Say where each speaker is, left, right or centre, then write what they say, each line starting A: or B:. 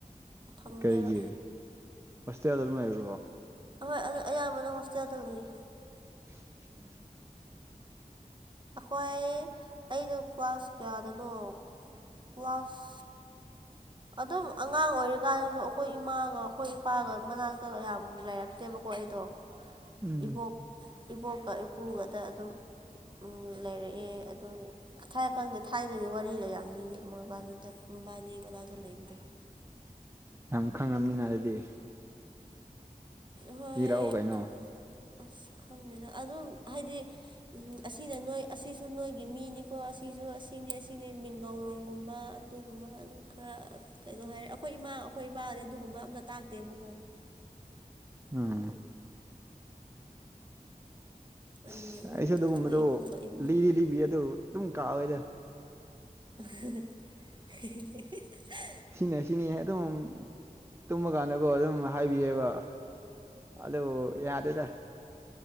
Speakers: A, on the right (about 35°); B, on the right (about 20°).
A: ꯐꯪꯗꯦꯕ
B: ꯀꯩꯒꯤ? ꯍꯣꯁꯇꯦꯜꯗ ꯑꯗꯨꯝ ꯂꯩꯕ꯭ꯔꯣ?
A: ꯑꯍꯣꯏ ꯑꯗꯨ ꯑꯌꯥꯝꯕꯅ ꯍꯣꯁꯇꯦꯜꯗ ꯂꯩ꯫
B: <inaudible>
A: ꯑꯈꯣꯏ ꯑꯩꯗꯣ ꯀ꯭ꯂꯥꯁ ꯀꯌꯥꯗꯅꯣ ꯀ꯭ꯂꯥꯁ ꯑꯗꯨꯝ ꯑꯉꯥꯡ ꯑꯣꯏꯔꯤꯀꯥꯟꯗꯁꯨ ꯑꯈꯣꯏ ꯏꯃꯥꯒ ꯑꯈꯣꯏ ꯏꯄꯥꯒ ꯃꯅꯥꯛꯇꯒ ꯌꯥꯝ ꯂꯩꯔꯛꯇꯦꯕꯀꯣ ꯑꯩꯗꯣ
B: ꯎꯝ
A: ꯏꯕꯣꯛ ꯏꯕꯣꯛꯀ ꯏꯄꯨꯒꯗ ꯑꯗꯨꯝ ꯎꯝ ꯂꯩꯔꯛꯑꯦ ꯑꯗꯨꯒꯤ ꯊꯥꯏ ꯈꯪꯗꯦ ꯊꯥꯏꯅꯒꯤ ꯋꯥꯔꯤꯒ ꯌꯥꯝ ꯂꯤꯌꯦ ꯃꯣꯢꯕꯥꯅꯤꯗ ꯃꯕꯥꯅꯤꯗ ꯃꯕꯥꯅꯤ ꯃꯅꯥꯛꯇ ꯂꯩꯕꯗꯣ꯫
B: ꯌꯥꯝ ꯈꯪꯉꯝꯅꯤꯅ ꯑꯗꯨꯗꯤ
A: ꯍꯣꯏ
B: ꯂꯤꯔꯛꯑꯣ ꯀꯩꯅꯣ
A: ꯑꯁ ꯈꯪꯗꯦꯗ ꯑꯗꯨꯝ ꯍꯥꯏꯗꯤ ꯎꯡ ꯑꯁꯤꯅ ꯅꯣꯏ ꯑꯁꯤꯁꯨ ꯅꯣꯏꯒꯤ ꯃꯤꯅꯤꯀꯣ ꯑꯁꯤꯁꯨ ꯑꯁꯤꯅꯤ ꯑꯁꯤꯅꯤ ꯃꯤꯡꯒꯧꯔꯣꯡꯒꯨꯝꯕ ꯑꯗꯨꯒꯨꯝꯕ ꯑꯗꯨꯝ ꯈ꯭ꯔ ꯀꯩꯩꯅꯣ ꯍꯥꯏꯔꯦ ꯑꯩꯈꯣꯏ ꯏꯃꯥ ꯑꯩꯈꯣꯏ ꯏꯄꯥꯒꯗꯤ ꯑꯗꯨꯒꯨꯝꯕ ꯑꯝꯇ ꯇꯥꯛꯇꯦꯕꯀꯣ꯫
B: ꯑ
A: ꯑꯩꯈꯣꯏ
B: ꯑꯁ ꯑꯩꯁꯨ ꯑꯗꯨꯒꯨꯝꯕꯗꯣ
A: ꯏꯄꯨꯒ ꯏꯕꯨꯡꯒ
B: ꯂꯤꯗꯤ ꯂꯤꯕꯤꯌꯦ ꯑꯗꯣ ꯑꯗꯨꯝ ꯀꯥꯎꯑꯦꯗ꯫
A: <unintelligible> <unintelligible>
B: ꯁꯤꯅ ꯁꯤꯅꯤ ꯑꯗꯨꯝ ꯇꯨꯝꯕ ꯀꯥꯟꯗꯀꯣ ꯑꯗꯨꯝ ꯍꯥꯏꯕꯤꯌꯦꯕ ꯑꯗꯨ ꯌꯥꯗꯦꯗ